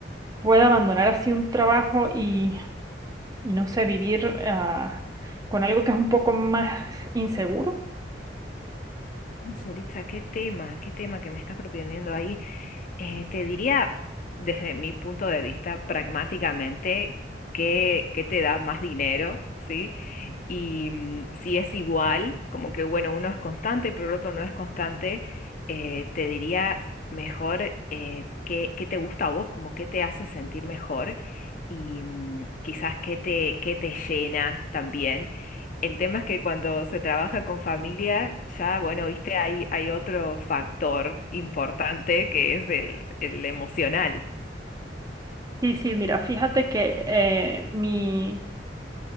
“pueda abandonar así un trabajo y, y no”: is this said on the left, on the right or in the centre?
Right